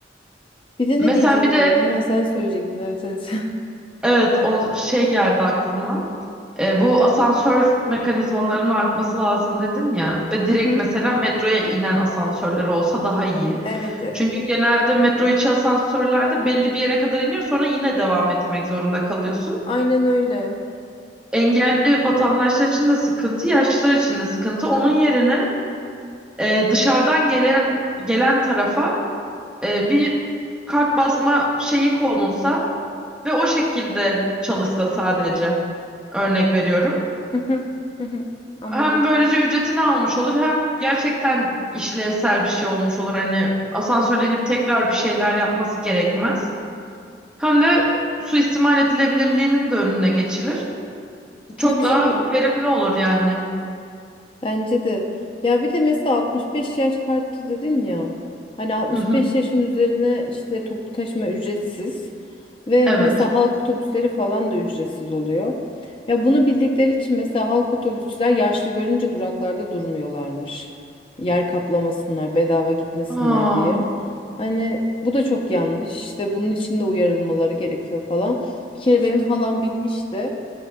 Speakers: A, on the left (about 30°); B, in the centre.
A: Bir de
B: Mesela
A: ne diyecektim
B: bir de
A: ya? Ha sen söyleyecektin evet evet. <laughs>
B: Evet, o şey geldi aklıma. E, bu asansör mekanizmalarının artması lazım dedin ya ve direkt
A: Hı hı.
B: mesela metroya inen asansörler olsa daha iyi.
A: Evet evet.
B: Çünkü genelde metro içi asansörlerde belli bir yere kadar iniyor sonra yine devam etmek zorunda kalıyorsun.
A: Aynen öyle.
B: Engelli vatandaşlar için de sıkıntı, yaşlılar için de sıkıntı. Onun yerine e, dışarıdan gelen gelen tarafa e, bir kart basma şeyi konulsa ve o şekilde çalışsa sadece örnek veriyorum.
A: Hı hı. Hı hı. Anladım.
B: hem böylece ücretini almış olur hem gerçekten işlevsel bir şey olmuş olur. Hani asansörlenip tekrar bir şeyler yapması gerekmez. Hem de suistimal edilebilirliğinin de önüne geçilir.
A: Tabii
B: Çok daha
A: canım.
B: verimli olur yani.
A: Bence de. Ya bir de mesela 65 yaş kartı dedin ya. Hani 65
B: Hı hı.
A: yaşın üzerine işte toplu taşıma ücretsiz ve
B: Evet.
A: mesela halk otobüsleri falan da ücretsiz oluyor. Ya bunu bildikleri için mesela halk otobüsçüler yaşlı görünce duraklarda durmuyorlarmış. Yer kaplamasınlar, bedava gitmesinler
B: Aa,
A: diye. Hani bu da çok yanlış. İşte bunun için de uyarılmaları gerekiyor falan. Bir kere benim halam binmiş de